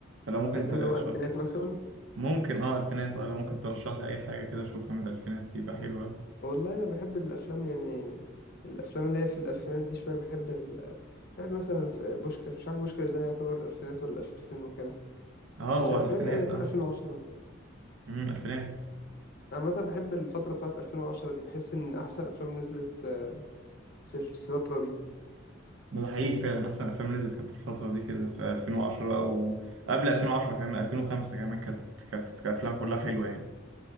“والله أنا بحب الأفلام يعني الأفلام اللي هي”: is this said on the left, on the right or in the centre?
Left